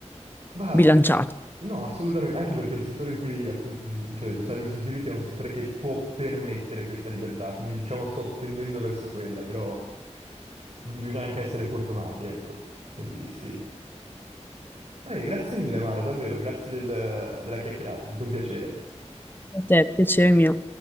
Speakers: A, on the right; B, on the left.
A: Ma
B: bilanciata.
A: no, assolutamente, anche perché il settore in cui appunto ti, ti ho detto, cyber security è un settore che può permettere questa libertà, quindi diciamo sto tendendo verso quella, però bisogna anche essere fortunati, ecco, quindi sì. Vabbè, grazie mille Mara, davvero, grazie del- della chiacchierata, è stato un piacere.
B: È piacere mio.